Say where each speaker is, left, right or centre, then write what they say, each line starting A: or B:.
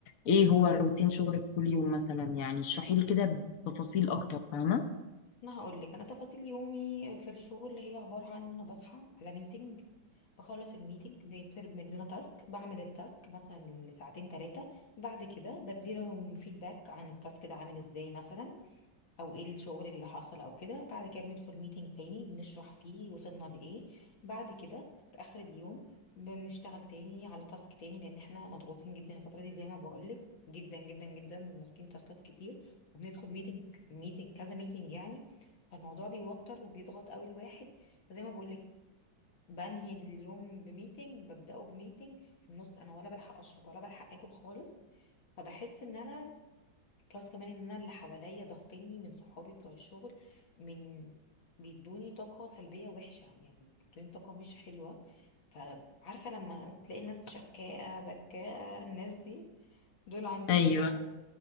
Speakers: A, on the left; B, on the left.
A: ايه هو روتين شغلك كل يوم مثلا يعني اشرحي لي كده بتفاصيل اكتر فاهمة
B: انا هقول لك انا تفاصيل يومي في الشغل هي عبارة عن ان انا بصحى على ميتنج بخلص الميتنج بيطلب مننا تاسك بعمل التاسك مثلا لساعتين ثلاثة بعد كده بديلهم فيدباك عن التاسك ده عامل ازاي مثلا او ايه الشغل اللي حصل او كده بعد كده بندخل ميتنج تاني بنشرح فيه وصلنا لايه بعد كده في اخر اليوم بنشتغل تاني على تاسك تاني لان احنا مضغوطين جدا الفتره دي زي ما بقولك جدا جدا جدا ماسكين تاسكات كتير وبندخل ميتنج ميتنج كذا ميتنج يعني فالموضوع بيوتر وبيضغط قوي الواحد فزي ما بقولك بنهي اليوم بميتنج ببداه بميتنج في النص انا ولا بلحق اشرب ولا بلحق اكل خالص فبحس ان انا بلس كمان ان انا اللي حواليا ضاغطيني من صحابي بتوع الشغل من بيدوني طاقة سلبية وحشة يعني بيدوني طاقة مش حلوة فعارفة لما تلاقي ناس شكاءة بكاءة الناس دي دول عندي
A: ايوه
B: في الشغل